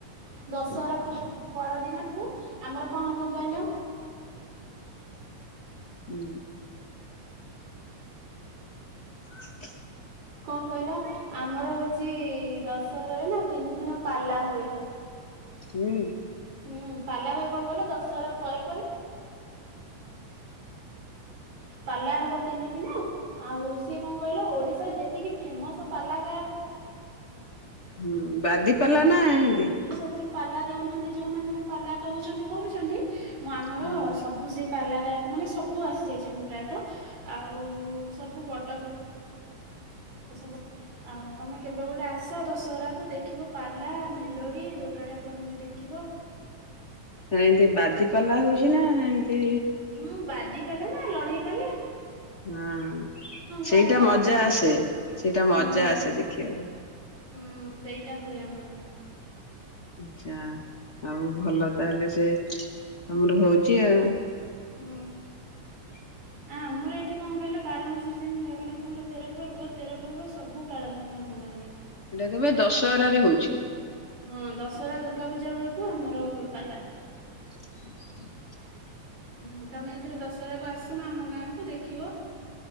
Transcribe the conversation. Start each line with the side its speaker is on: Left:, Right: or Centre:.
Right: ଦଶହରା ପ ପରଦିନଠୁ ଆମର କଣ ହବ କହିଲ?
Left: ହୁଁ। <unintelligible>
Right: କଣ କହିଲ? ଆମର ହଉଚି ଦଶହରାରେ ନା ତିନି ଦିନ ପାଲା ହୁଏ।
Left: ହୁଁ।
Right: ହୁଁ, ପାଲା ହୁଏ କଣ କହିଲ? ଦଶହରା ପରେ ପରେ ପାଲା ହବ ତିନି ଦିନ। ଆଉ ସିଏ କଣ କହିଲ ଓଡିଶାରେ ଯେତିକି ଫେମସ ପାଲା ଗାୟକ
Left: ହୁଁ, ବାଦି ପାଲା ନା ଏମିତି।
Right: ସବୁ ଯୋଉ ପାଲା ଦଉନାହାନ୍ତି ଯୋଉମାନେ ଯୋଉ ପାଲା କହୁଚନ୍ତି, କରୁଚନ୍ତି ମୁଁ ଆମର
Left: ହୁଁ
Right: ସବୁ ସେ ପାଲା ଗାୟକ ମାନେ ସବୁ ଆସି ଯାଇଚନ୍ତି ପ୍ରାୟତ ଆଉ ସବୁ ବଡ ବ ଆଉ ସବୁ ଆଉ ତମେ କେବେ ଗୋଟେ ଆସ ଦଶହରା କୁ ଦେଖିବ ପାଲା ମେଲୋଳି ଦୁର୍ଗା ଠାକୁରଙ୍କୁ ବି ଦେଖିବ।
Left: ଆଉ ଏମିତି ବାଦି ପାଲା ହଉଚି ନା ନା ଏମିତି
Right: ହୁଁ, ବାଦି ପାଲା ନା ଲଢେଇ ପଲା।
Left: ହଁ,
Right: ଗାୟକ
Left: ସେଇଟା ମଜା ଆସେ, ସେଇଟା ମଜା
Right: ହୁଁ
Left: ଆସେ ଦେଖିବାକୁ।
Right: ହୁଁ, ସେଇଟା ହୁଏ ଆମର।
Left: ଆଚ୍ଛା, ଆଉ ଭଲ ତାହେଲେ ସେ ତମର ହଉଚି ଆଉ।
Right: ହୁଁ।
Left: <inaudible>
Right: ନା ଆମର ଏଠି କଣ କହିଲ ବାର ମାସରେ ଯେମିତି ଜଗନ୍ନାଥଙ୍କର ତେର ପର୍ବ ତେର ପର୍ବ ସବୁ ପାଳନ ହୁଏ ଆମ ଗାଁରେ।
Left: ସେଇଟା କେବେ ଦଶହରାରେ ହଉଚି।
Right: ହଁ ଦଶହରା ଦୁର୍ଗା ପୂଜା ବେଳକୁ ଆମର ହୁଏ ପାଲା।
Left: <unintelligible>
Right: ହୁଁ ତମେ ଏଇଥର ଦଶହରାକୁୁ ଆସୁନ ଆମ ଗାଁକୁୁ ଦେଖିବ।